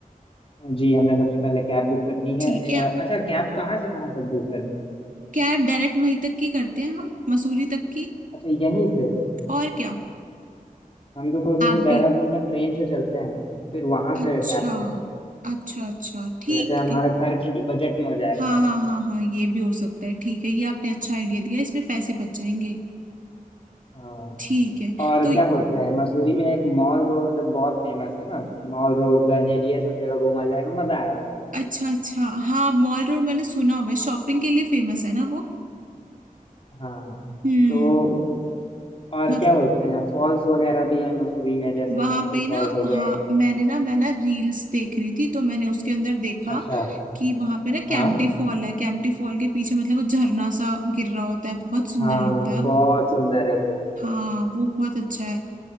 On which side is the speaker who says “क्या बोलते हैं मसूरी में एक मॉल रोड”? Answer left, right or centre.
Left